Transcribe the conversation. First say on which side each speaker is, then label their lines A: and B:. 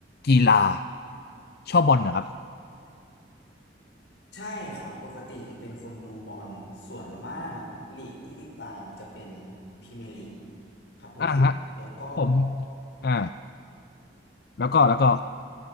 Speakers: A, on the left; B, on the left.
A: กีฬาชอบบอลนะครับ
B: ใช่ครับ ปกติจะเป็นคนดูบอลส่วนมากลีกที่ติดตามจะเป็นพรีเมียร์ลีกครับผมแล้วก็
A: อ่าฮะผมอ่าแล้วก็แล้วก็